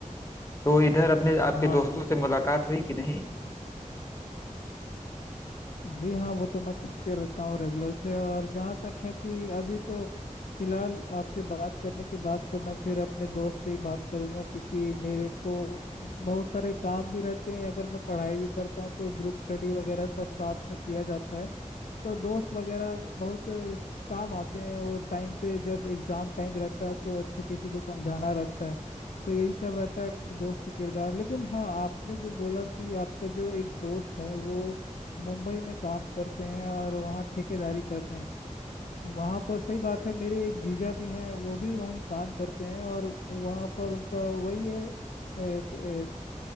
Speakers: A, on the left; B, on the left.
A: तो इधर अपने आपके
B: हाँ
A: दोस्तों
B: जी भाई
A: से मुलाकात हुई कि नहीं
B: जी हाँ वो तो मैं करते रहता हूँ रेगुलर से और जहाँ तक है कि अभी तो फिलहाल आपसे बात करने के बाद तो मैं फिर अपने दोस्त से ही बात करूंगा क्योंकि मेरे को बहुत सारे काम भी रहते हैं अगर मैं पढ़ाई भी करता हूँ तो ग्रुप स्टडी वगैरह सब साथ में किया जाता है तो दोस्त वगैरह बहुत काम आते हैं और टाइम पे जब एग्जाम टाइम रहता है तो अच्छा किसी को समझाना रहता है तो यही सब रहता है दोस्त के किरदार लेकिन हाँ आपने जो बोला कि आपका जो एक दोस्त है वो मुंबई में काम करते हैं और वहाँ ठेकेदारी करते हैं वहाँ पर सही बात है मेरे एक जीजा भी हैं वो भी वहीं काम करते हैं और वहाँ पर उनका वही है अ, कि- अ,